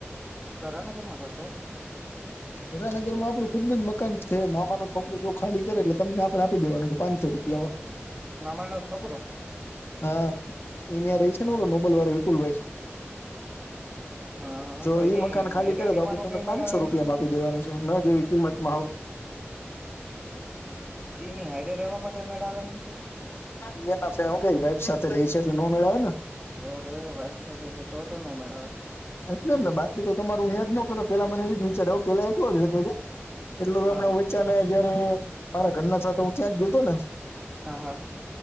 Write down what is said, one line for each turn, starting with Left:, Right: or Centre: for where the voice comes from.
Right: થરાનગર મા ગોતો?
Left: થરાનગરમાં આપડું ખુદનું જ મકાન છે, મામાનો છોકરો જો ખાલી કરે એટલે તમને આપણે આપી દેવાનું છે, પાંચસો રૂ પીયામા
Right: મામાનો છોકરો
Left: હા ઈનયારેશ છે ને નોબલ વાળો વિપુલભાઈ
Right: હ હ
Left: જો
Right: તો એની
Left: ઈ મકાન ખાલી
Right: હાયરે
Left: કરે તો
Right: રેવાનો
Left: આપડે તને
Right: કઈ
Left: પાંચસો
Right: મેળાવે એમ
Left: રૂપિયામાં
Right: નથી
Left: આ પી દેવાનું છે, હમણા જે વીપીમત મહાવ
Right: ની હાયરે રેવામા કય મેળ આવે એમ નથી.
Left: એ ના ફે હું કેઈ વાઈફ સાથે રહી છે, એટલે ન મેળ આવેને
Right: ઓ રે વાઈફ સાથે છે, તો તો નય મેળ આવે
Left: એટલે જ ને બાકીતો તમારું ન્યાદ ન કર પેલા મને એ જ વિચાર આવ પેલા એતો જ હતો. એટલે તો
Right: હા
Left: હમણાં
Right: હા
Left: વચ્ચા ને જયારે મારા ઘરના સાથે હું ત્યાં જ ગયો હતો ને
Right: હા હા